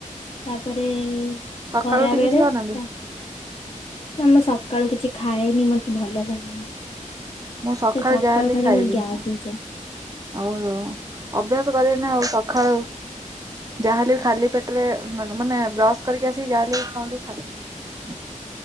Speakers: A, on the left (about 45°); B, on the right (about 25°).
A: ତାପରେ
B: ସକାଳୁ
A: ଖରା
B: ଉଠି
A: ବେଳେ
B: କିଛି ଖାଉନାହାନ୍ତି
A: ତା ନା ମୁଁ ସକାଳୁ କିଛି ଖାଏନି ମୋତେ ଭଲ ଲାଗେନି।
B: ମୁଁ ସଖଳେ
A: ସେ ସକାଳୁ
B: ଯାହାହେଲେ ବି
A: ଖାଇଲେ
B: ଖାଇବି
A: ମୋର ଗ୍ୟାସ୍
B: ମୁଁ।
A: ହେଇଯାଏ।
B: ଓହୋ ଅଭ୍ୟାସ କରିବେ ନା ଆଉ ସଖାଳୁ ଯାହାହେଲେ ବି ଖାଲି ପେଟରେ ମାନେ ବ୍ରସ୍ କରିକି ଆସି ଯାହାହେଲେ ବି କଣ ଟିକେ ଖାଇବେ। ହ <inaudible>